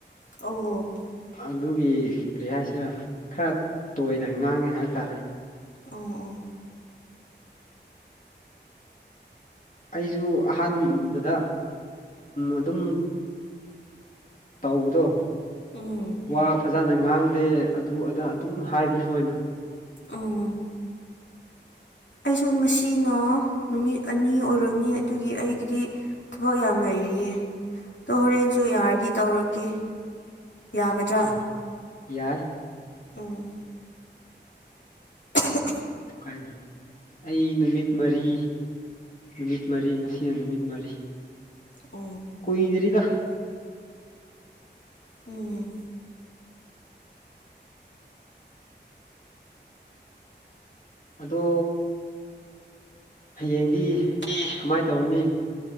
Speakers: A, on the left; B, on the left.
A: ꯑꯣ
B: ꯑꯗꯨꯒꯤ ꯀꯔꯤ ꯍꯥꯏꯁꯤꯔ ꯈꯔ ꯇꯣꯏꯅ ꯉꯥꯡꯉꯦ ꯍꯥꯏꯕ ꯇꯥꯔꯦ
A: ꯑꯣ ꯑꯣ
B: ꯑꯩꯁꯨ ꯑꯍꯥꯟꯕꯗ ꯑꯗꯨꯝ ꯇꯧꯕꯗꯣ
A: ꯎꯝ
B: ꯋꯥ ꯐꯖꯅ ꯉꯥꯡꯗꯦ ꯑꯗꯨ ꯑꯗ ꯑꯗꯨꯝ ꯍꯥꯏꯕꯅꯤ ꯃꯣꯏꯅ
A: ꯎꯝ ꯑꯩꯁꯨ ꯉꯁꯤꯅ ꯅꯨꯃꯤꯠ ꯑꯅꯤ ꯑꯣꯏꯔꯝꯅꯤ ꯑꯗꯨꯒꯤ ꯑꯩꯒꯤꯗꯤ ꯊꯕꯛ ꯌꯥꯝ ꯂꯩꯔꯤꯌꯦ ꯑꯗꯣ ꯍꯣꯔꯦꯟꯁꯨ ꯌꯥꯔꯗꯤ ꯇꯧꯔꯛꯀꯦ ꯌꯥꯒꯗ꯭ꯔꯥ
B: ꯑꯥ ꯌꯥꯏ
A: ꯑꯥ <unintelligible>
B: ꯀꯥꯏ ꯑꯩ ꯅꯨꯃꯤꯠ ꯃꯔꯤ ꯅꯨꯃꯤꯠ ꯃꯔꯤ ꯉꯁꯤꯅ ꯅꯨꯃꯤꯠ ꯃꯔꯤ
A: ꯑ
B: ꯀꯨꯏꯗ꯭ꯔꯤꯗ
A: ꯎꯝ
B: ꯑꯗꯨ ꯍꯌꯦꯡꯗꯤ
A: <unintelligible>
B: ꯀꯃꯥꯏ ꯇꯧꯅꯤ